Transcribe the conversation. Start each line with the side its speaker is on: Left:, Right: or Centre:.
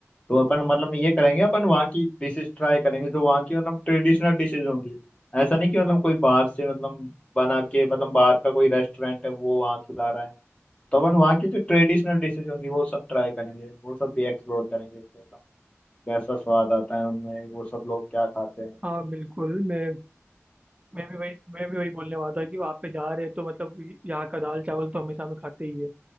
Left: तो अपन मतलब ये करेंगे अपन वहाँ की डिशेस ट्राई करेंगे जो वहाँ की मतलब ट्रेडिशनल डिशेज होंगी ऐसा नहीं कि मतलब कोई बाहर से मतलब बना के मतलब बाहर का कोई रेस्टोरेंट है वो वहाँ खिला रहा है तो अपन वहाँ की जो ट्रेडिशनल डिशेज होंगी वो सब ट्राई करेंगे वो सब भी एक्सप्लोर करेंगे कैसा कैसा स्वाद आता है उनमें वो सब लोग क्या खाते हैं
Right: हाँ बिल्कुल मैं मैं भी वही मैं भी वही बोलने वाला था कि वहाँ पे जा रहे हैं तो मतलब यहाँ का दाल चावल तो हमेशा हम खाते ही है